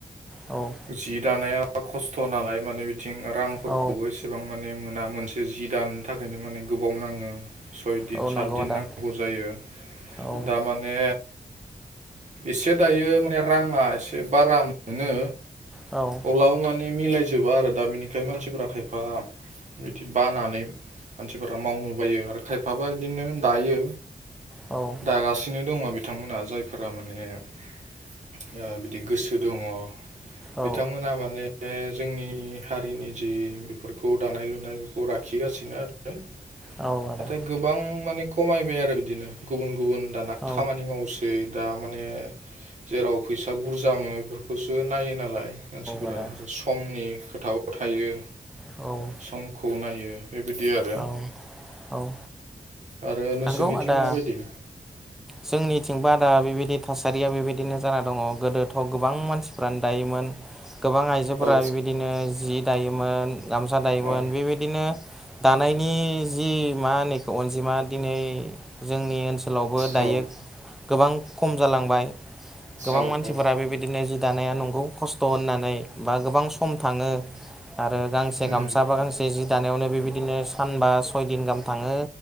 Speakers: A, in the centre; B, on the right (about 50°).
A: औ।
B: जि दानाया खस्थ' नालाय माने बिथिं रांफोरखौबो
A: औ
B: एसे एथबां माने मोना मोनसे जि दानो थाखायनो माने गोबाव नाङो सयदिन
A: औ
B: सातदिन
A: नंगौ आदा
B: नांगौ जायो
A: औ
B: दा बा माने एसे दायो माने राङा एसे बारा मोनो
A: औ।
B: अब्लानानै मिलाय जोबा आरो दा बिनिखाय मानसिफोरा खायफा बिदि बानानै मानसिफोरा मावनो बायो आरो खायफाबा बिदिनो दायो
A: औ।
B: दागासिनो दङ बिथांमोनहा जायफोरा माने ओ बिदि गोसो दङ
A: औ
B: बिथांमोना माने बे जोंनि हारिनि जि बेफोरखौ दानाय लुनाय बेफोरखौ लाखिगासिनो आरो
A: औ आदा
B: नाथाय गोबां माने खमायबाय आरो बिदिनो गुबुन गुबुन दाना
A: औ
B: खामानि मावसो दा माने जेराव फैसा बुरजा मोनो बेफोरखौसो नायो नालाय मानसिफोरा
A: आदा
B: आरो समनि खोथाबो थायो।
A: औ
B: समखौ नायो। बेबायदि आरो
A: औ औ
B: आरो नोंसोरनिथिं
A: नंगौ आदा
B: माबायदि?
A: जोंनिथिंबो आदा बेबायदि थासारिया बेबायदिनो जाना दङ गोदो गथ' गोबां मानसिफ्रानो दायोमोन गोबां आइजोफोरा
B: औ
A: बेबायदिनो जि दायोमोन। गामसा दायोमोन
B: औ
A: बेबायदिनो दानायनि जि मा होनोखौ अनजिमा दिनै जोंनि ओनसोलाव दायो
B: औ
A: गोबां खम जालांबाय गोबां
B: औ
A: मानसिफोरा बेबायदिनो जि दानाया नोंगौ खस्थ' होननानै बा गोबां सम थाङो आरो गांसे
B: उम
A: गामसा बा गांसे जि जानायावनो बेबायदिनो सानबा सय दिन गाहाम थाङो